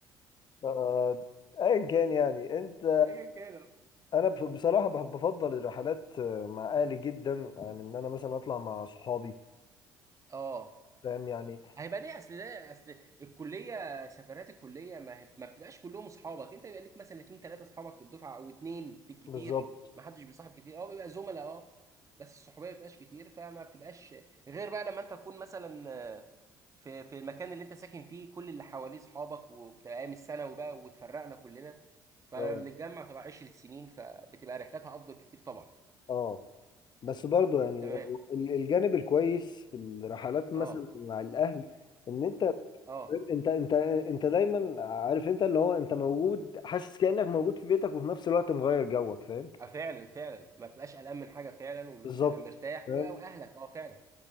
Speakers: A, on the left (about 40°); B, on the right (about 30°).
A: آه، ايا كان يعني انت
B: ايا كان
A: انا بص- بصراحه بحب- بفضل الرحلات آه، مع اهلي جدا عن ان انا مثلا اطلع مع صحابي
B: اه
A: فاهم يعني
B: هيبقى ليه اصل ده اصل الكليه سفرات الكليه ما, هي... ما بتبقاش كلهم اصحابك انت بيبقى ليك مثلا اتنين تلاته اصحابك في الدفعه او اتنين بالكتير
A: بالظبط
B: ما حدش بيصاحب كتير اه بيبقى زملاء اه بس الصحوبيه ما بتبقاش كتير فما بتبقاش غير بقى لما انت تكون مثلا آه، في في المكان اللي انت ساكن فيه كل اللي حواليه اصحابك وبتبقى ايام الثانوي بقى واتفرقنا كلنا فبنتجمع
A: اه
B: تبقى 10 سنين فبتبقى رحلاتها افضل كتير طبعا
A: اه بس برضو يعني
B: تمام
A: ال- الجانب الكويس في الرحلات
B: اه
A: مثلا مع الاهل ان انت
B: اه
A: انت انت انت دايما عارف انت اللي هو انت موجود حاسس كانك موجود في بيتك وفي نفس الوقت مغير جوك فاهم
B: اه فعلا فعلا ما بتبقاش قلقان من حاجه فعلا وبتبقى
A: بالظبط
B: مرتاح
A: فاهم
B: و- واهلك اه فعلا